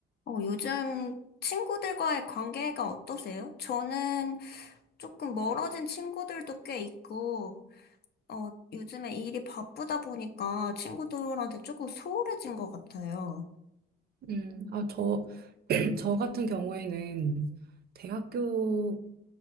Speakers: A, on the left; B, on the right.
A: 어, 요즘 친구들과의 관계가 어떠세요? 저는 조금 멀어진 친구들도 꽤 있고, 어, 요즘에 일이 바쁘다 보니까 친구들한테 조금 소홀해진 것 같아요.
B: 음, 아, 저, <clears throat> 저 같은 경우에는 대학교